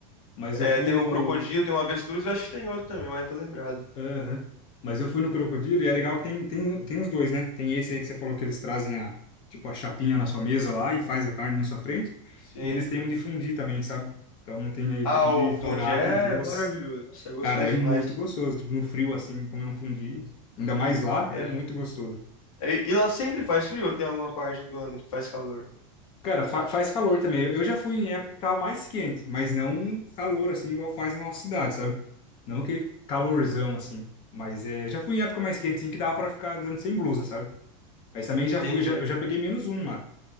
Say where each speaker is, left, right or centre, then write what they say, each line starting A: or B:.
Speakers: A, on the left; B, on the left.
A: mas eu
B: É,
A: fui
B: tem
A: no,
B: o crocodilo, tem o avestruz, eu acho que tem outro também, mas não tô lembrado.
A: Aham. Mas eu fui no Crocodilo e é legal que tem, tem, tem os dois, né? Tem esse aí que você falou que eles trazem a, tipo, a chapinha na sua mesa lá e faz a carne na sua frente.
B: Sim.
A: E eles têm um de fundi também, sabe? Então tem aí
B: Ah,
A: fundi
B: o fundi
A: salgado
B: é
A: e doce.
B: maravilhoso. Nossa, é gostoso
A: Cara, é muito
B: demais.
A: gostoso. Tipo, no frio assim, comer um fundi, ainda mais lá,
B: É.
A: é muito gostoso.
B: E, e lá sempre faz frio, ou tem alguma parte do ano que faz calor.
A: Cara, fa faz calor também. Eu eu já fui em época que tava mais quente, mas não calor assim, igual faz na nossa cidade, sabe? Não aquele calorzão assim. Mas é, já fui em época mais quente, assim, que dava pra ficar andando sem blusa, sabe? Mas também
B: Entendi.
A: já fui, eu já, eu já peguei menos um lá.